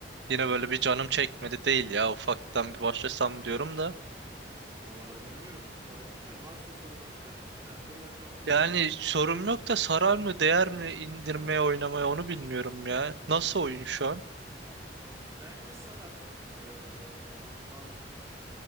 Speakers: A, on the right (about 75°); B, on the right (about 15°).
A: Yine
B: Aha.
A: böyle bir canım çekmedi değil ya ufaktan bir başlasam diyorum da.
B: Valla ben oynuyorum. Gayet güzel. Varsa sorun hatta sen soru ben cevaplayayım
A: Yani
B: istiyorsan.
A: sorum yok da sarar mı değer mi indirmeye oynamaya onu bilmiyorum ya. Nasıl oyun şu an?
B: Bence sarar. Ee, bundan